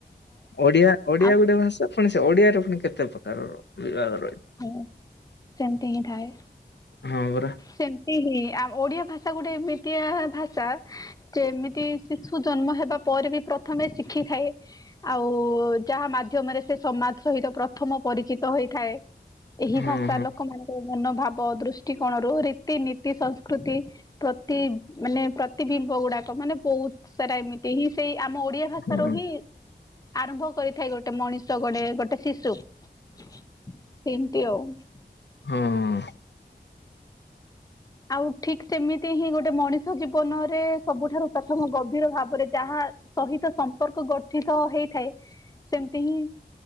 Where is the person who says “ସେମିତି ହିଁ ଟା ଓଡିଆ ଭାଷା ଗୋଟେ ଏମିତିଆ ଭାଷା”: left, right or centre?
Left